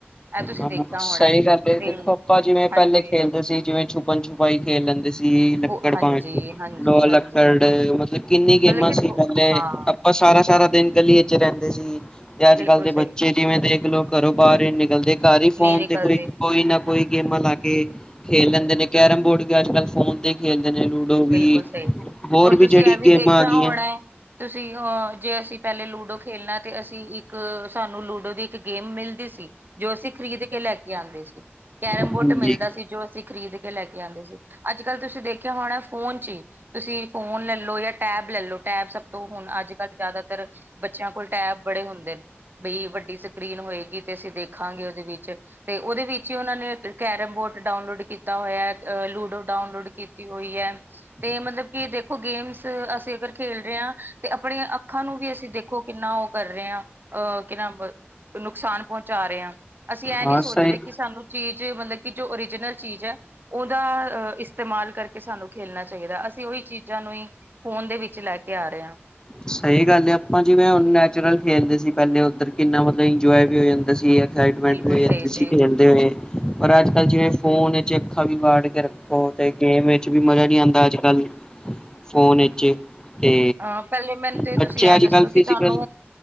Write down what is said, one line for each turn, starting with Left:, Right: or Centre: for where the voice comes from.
Right: ਐਹ ਤੁਸੀਂ
Left: ਹਾਂ,
Right: ਦੇਖਿਆ
Left: ਸਹੀ
Right: ਹੋਣਾ,
Left: ਗੱਲ ਏ
Right: ਤੇ
Left: ਦੇਖੋ ਆਪਾਂ ਜਿਵੇਂ ਪਹਿਲੇ
Right: ਹਾਂਜੀ
Left: ਖੇਲਦੇ ਸੀ ਜਿਵੇਂ ਛੁਪਨ ਛਪਾਈ ਖੇਲ ਲੈਂਦੇ ਸ ਸੀ ਲੱਕੜ
Right: ਬੋ ਹਾਂਜੀ
Left: <unintelligible>
Right: ਹਾਂਜੀ ਹਾਂਜੀ
Left: ਲੱਕੜ
Right: ਹਾਂਜੀ
Left: ਮਤਲਬ ਕਿੰਨੀ ਗੇਮਾਂ
Right: ਮਤਲਬ ਕਿ
Left: ਸੀ
Right: ਬੋ
Left: ਪਹਿਲੇ
Right: ਹਾਂ
Left: ਆ ਔਰ ਸਾਰਾ-ਸਾਰਾ ਦਿਨ ਗਲੀਏ‌ ਚ ਰਹਿੰਦੇ ਸੀ ਤੇ ਅੱਜ-ਕੱਲ੍ਹ
Right: ਬਿਲਕੁਲ
Left: ਦੇ
Right: ਸਹੀ
Left: ਬੱਚੇ
Right: ਚੀਜ਼
Left: ਜਿਵੇਂ ਦੇਖਲੋ ਘਰੋਂ ਬਾਹਰ ਹੀ ਨਈ ਨਿਕਲਦੇ ਘਰ ਹੀ ਫੋਨ
Right: ਨਹੀਂ ਨਿਕਲਦੇ
Left: ਤੇ ਕੋਈ ਕੋਈ ਨਾ ਕੋਈ ਗੇਮਾਂ ਲਾ ਕੇ ਖੇਲ ਲੈਂਦੇ ਨੇ ਕੈਰਮ ਬੋਰਡ ਵੀ ਅੱਜ ਕੱਲ ਫੋਨ ਤੇ ਖੇਲਦੇ ਨੇ ਲੂਡੋ ਵੀ
Right: ਬਿਲਕੁਲ ਸਹੀ ਜੀ
Left: ਹੋਰ
Right: ਔਰ
Left: ਵੀ
Right: ਤੁਸੀਂ
Left: ਜਿਹੜੀ
Right: ਇਹ
Left: ਗੇਮਾਂ
Right: ਦੇਖਿਆ
Left: ਆ ਗਈਆਂ।
Right: ਹੋਣਾ ਹੈ ਤੁਸੀਂ ਅ ਜੇ ਅਸੀਂ ਪਹਿਲੇ ਲੂਡੋ ਖੇਲਣਾ ਤੇ ਅਸੀਂ ਇੱਕ ਸਾਨੂੰ ਲੂਡੋ ਦੀ ਇੱਕ ਗੇਮ ਮਿਲਦੀ ਸੀ। ਜੋ ਅਸੀਂ ਖਰੀਦ ਕੇ ਲੈਕੇ ਆਂਦੇ ਸੀ। ਕੈਰਮ
Left: ਹਾਂਜੀ
Right: ਬੋਟ ਮਿਲਦਾ ਸੀ ਜੋ ਅਸੀਂ ਖਰੀਦ ਕੇ ਲੈ ਕੇ ਆਂਦੇ ਸੀ ਅੱਜ ਕੱਲ ਤੁਸੀਂ ਦੇਖਿਆ ਹੋਣਾ ਫੋਨ ਚੀ ਤੁਸੀਂ ਫੋਨ ਲੈ ਲੋ ਜਾਂ ਟੈਬ ਲੈ ਲੋ ਟੈਬ ਸਭ ਤੋਂ ਹੁਣ ਅੱਜ ਕੱਲ੍ਹ ਜ਼ਿਆਦਾਤਰ ਬੱਚਿਆਂ ਕੋਲ ਟੈਬ ਬੜੇ ਹੁੰਦੇ ਨੇ ਬਈ ਵੱਡੀ ਸਕਰੀਨ ਹੋਏਗੀ ਤੇ ਅਸੀਂ ਦੇਖਾਂਗੇ ਉਦੇ ਵਿੱਚ ਤੇ ਉਦੇ ਵਿੱਚ ਹੀ ਉਹਨਾਂ ਨੇ ਕੈਰਮ ਬੋਟ ਡਾਊਨਲੋਡ ਕੀਤਾ ਹੋਇਆ ਅਹ ਲੂਡੋ ਡਾਊਨਲੋਡ ਕੀਤੀ ਹੋਈ ਐ ਤੇ ਮਤਲਬ ਕਿ ਦੇਖੋ ਗੇਮਸ ਅਸੀਂ ਅਗਰ ਖੇਲ ਰੇ ਆ ਤੇ ਆਪਣੇ ਅੱਖਾਂ ਨੂੰ ਵੀ ਅਸੀਂ ਦੇਖੋ ਕਿੰਨਾ ਉਹ ਕਰ ਰੇ ਆ ਅਹ ਕਿ ਨਾਮ ਨੁਕਸਾਨ ਪਹੁੰਚਾ ਰਹੇ ਆ। ਅਸੀਂ ਐਹ
Left: ਹਾਂ
Right: ਨੀ ਸੋਚ
Left: ਸਹੀ
Right: ਰਹੇ ਕਿ ਸਾਨੂੰ ਚੀਜ਼ ਮਤਲਬ ਕਿ ਜੋ ਓਰੀਜਨਲ ਚੀਜ਼ ਐ ਉਹਦਾ ਇਸਤੇਮਾਲ ਕਰਕੇ ਸਾਨੂੰ ਖੇਲਣਾ ਚਾਈਦਾ ਅਸੀਂ ਉਹੀ ਚੀਜ਼ਾਂ ਨੂੰ ਹੀ ਫੋਨ ਦੇ ਵਿੱਚ ਲੈ ਕੇ ਆ ਰਹੇ ਆ।
Left: ਸਹੀ ਗੱਲ ਆ ਆਪਾਂ ਜਿਵੇਂ ਹੁਣ ਨੈਚੁਰਲ ਖੇਲਦੇ ਸੀ ਪਹਿਲੇ ਉੱਧਰ ਕਿੰਨਾ ਮਤਲਬ ਇੰਜੋਏ ਵੀ ਹੋ ਜਾਂਦਾ ਸੀ। ਐਕਸਾਇਟਵੈਂਟ
Right: ਬਿਲਕੁਲ
Left: ਵੀ ਹੋ ਜਾਂਦੀ
Right: ਸਹੀ ਜੀ
Left: ਸੀਗੀ ਕਿ ਕਹਿੰਦੇ ਨੇ ਪਰ ਅੱਜ ਜਿਵੇਂ ਫੋਨ ਵਿੱਚ ਅੱਖਾਂ ਵੀ ਵਾੜ ਕੇ ਹੋ ਤੇ ਗੇਮ ਵਿਚ ਵੀ ਮਜ਼ਾ ਨੀ ਆਂਦਾ ਅੱਜ-ਕੱਲ੍ਹ ਫੋਨ ਵਿਚ ਤੇ
Right: ਅ ਪਹਿਲੇ ਮੈਨੂੰ ਤੇ
Left: ਬੱਚੇ
Right: ਤੁਸੀਂ ਐਹ
Left: ਅੱਜ
Right: ਦੱਸੋ
Left: ਕੱਲ੍ਹ
Right: ਕਿ
Left: ਫਿਜ਼ੀਕਲ
Right: ਤੁਹਾਨੂੰ